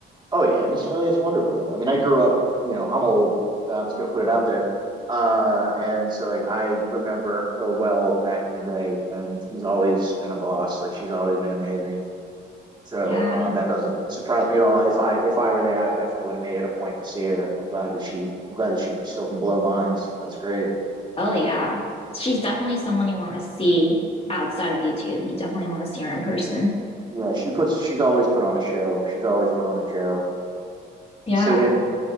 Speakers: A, on the right (about 20°); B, on the left (about 30°).
A: Oh yeah, Missy Elliott's wonderful. I mean, I grew up. You know, I'm old. I'm just gonna put it out there. Uh, and so like I remember her well back in the day, and she's always been a boss. Like she's always been amazing. So
B: Yeah.
A: um, that doesn't surprise me at all. If I if I were there, I definitely would have made it a point to see her. I'm glad that she I'm glad that she still can blow minds. That's great.
B: Oh yeah. She's definitely someone you want to see outside of YouTube. You definitely want to see her in person.
A: Yeah, she puts she's always put on a show. She's always put on a show.
B: Yeah.
A: So then